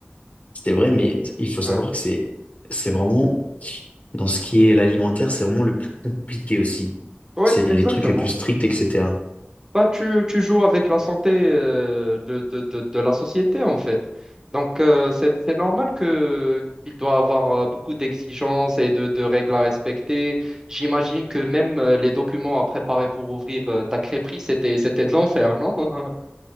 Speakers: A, on the left; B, on the right.
A: C'était vrai, mais il faut savoir
B: Ouais,
A: que c'est, c'est vraiment, dans ce qui est l'alimentaire, c'est vraiment le plus compliqué aussi.
B: ouais,
A: C'est
B: exactement.
A: les trucs les plus stricts, etc.
B: Bah, tu, tu joues avec la santé euh, de, de, de, de la société, en fait. Donc, euh, c'est, c'est normal que qu'il doit avoir euh, beaucoup d'exigences et de, de règles à respecter. J'imagine que même euh, les documents à préparer pour ouvrir euh, ta crêperie, c'était, c'était de l'enfer, non? <laughs>